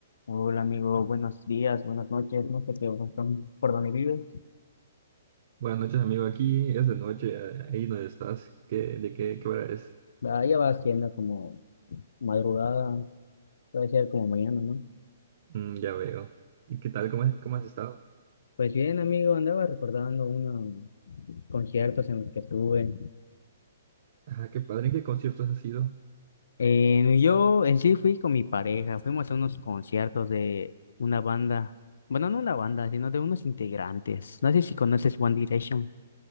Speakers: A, on the left; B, on the right.
A: Hola amigo, buenos días, buenas noches, no sé qué horas son, por dónde vives.
B: Buenas noches, amigo. Aquí es de noche, eh, ahí donde estás. ¿Qué, de qué, qué hora es?
A: Ah, ya va siendo como madrugada, puede ser como mañana, ¿no?
B: Mm, ya veo. ¿Y qué tal? ¿Cómo, has- cómo has estado?
A: Pues bien amigo, andaba recordando unos conciertos en los que estuve.
B: Ah, qué padre. ¿En qué conciertos has ido?
A: Eh, yo en sí fui con mi pareja, fuimos a unos conciertos de una banda, bueno, no una banda, sino de unos integrantes. No sé si conoces One Direction.